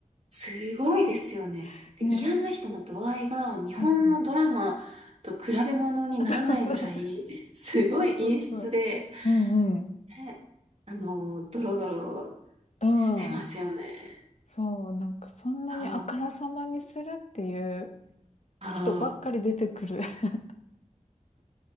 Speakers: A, on the right; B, on the left.
A: すごいですよね。
B: <laughs>
A: で、
B: ね。
A: 嫌な人の度合いが日本のドラマと比べ物にならないぐらい、
B: うんうん。<laughs> あそう
A: すごい陰湿で、
B: そうそう。そうそうそう。うんうん。
A: ねあの、ドロドロ
B: うん。
A: してますよね。
B: そう、なんかそんなにあからさまにするっていう
A: そうああ、
B: 人ばっかり出てくる。<laughs>